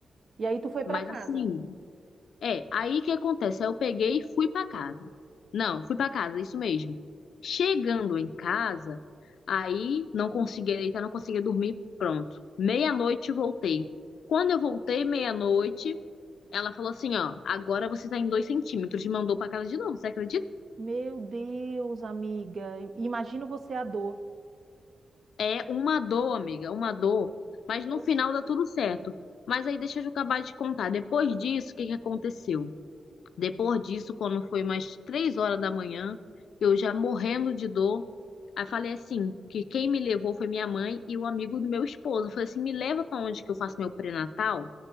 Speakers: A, on the right (about 55°); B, on the left (about 80°).
A: E aí tu foi
B: mas
A: para casa?
B: assim, É, aí o que acontece? Aí eu peguei e fui pra casa. Não, fui pra casa, isso mesmo. Chegando em casa, aí não conseguia deitar, não conseguia dormir, pronto. Meia-noite voltei. Quando eu voltei, meia-noite, ela falou assim: ó, agora você tá em dois centímetros. E mandou pra casa de novo, você acredita?
A: Meu Deus, amiga. I- Imagino você a dor.
B: É uma dor, amiga, uma dor. Mas
A: Deus.
B: no final dá tudo certo. Mas aí deixa eu acabar de contar. Depois disso, o que que aconteceu? Depois disso, quando foi mais três horas da manhã, eu já morrendo de dor. Aí falei assim, que quem me levou foi minha mãe e o amigo do meu esposo. Eu falei assim, me leva para onde que eu faço meu pré-natal,